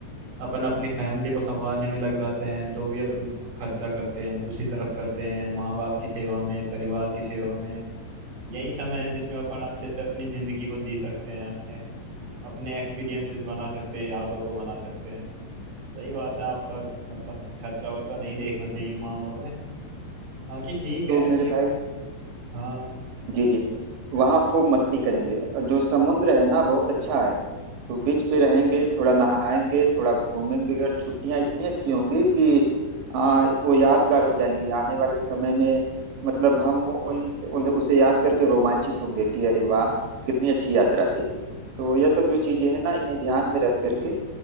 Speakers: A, on the right (about 90°); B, on the right (about 75°).
A: अपन अपनी फैमिली को संभालने में लग जाते हैं जो भी अपन खर्चा करते हैं उसी तरफ करते हैं माँ बाप की सेवा में परिवार की सेवा में यही समय है जिसमें अपन अच्छे से अपनी जिंदगी को जी सकते हैं अपने अपने एक्सपीरियंसेस बना सकते हैं यादों को बना सकते हैं सही बात है आपका मतलब खर्चा वर्चा नहीं देखना चाहिए इन मामलों में बाकी ठीक है
B: तो मेरे
A: देखते
B: भाई
A: हैं हाँ
B: जी जी वहाँ खूब मस्ती करेंगे जो समुद्र है ना बहुत अच्छा है तो बीच पे रहेंगे थोड़ा नहाएंगे थोड़ा घूमेंगे और छुट्टियाँ इतनी अच्छी होंगी कि आ, वो यादगार हो जाएंगी आने वाले समय में मतलब हम उन, उन उसे याद करके रोमांचित होंगे कि अरे वाह कितनी अच्छी यात्रा थी तो यह सब जो चीजें हैं ना इन्हें ध्यान में रख करके